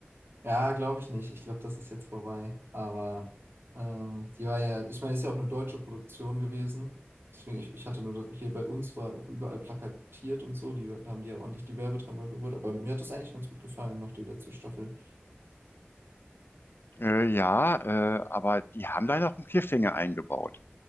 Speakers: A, on the right; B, on the left.
A: Ja, glaube ich nicht. Ich glaube, das ist jetzt vorbei. Aber ähm, die war ja, ich meine, ist ja auch eine deutsche Produktion gewesen. Deswegen, ich, ich hatte nur, hier bei uns war auch überall plakatiert und so. Die, da haben die ja ordentlich die Werbetreibung gerührt. Aber mir hat das eigentlich ganz gut gefallen, noch die letzte Staffel.
B: Äh, ja, äh, aber die haben da noch einen Cliffhanger eingebaut.